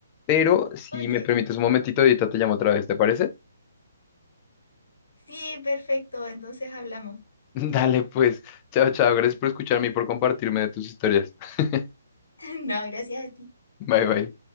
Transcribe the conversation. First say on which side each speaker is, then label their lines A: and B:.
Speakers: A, on the left; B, on the left.
A: pero si
B: Ok.
A: me permites un momentito, ahorita te llamo otra vez, ¿te parece?
B: Sí, perfecto, entonces hablamos.
A: <laughs> Dale, pues. Chao, chao. Gracias por escucharme y por compartirme de tus historias. <laughs>
B: <laughs> No, gracias a ti.
A: Bye, bye.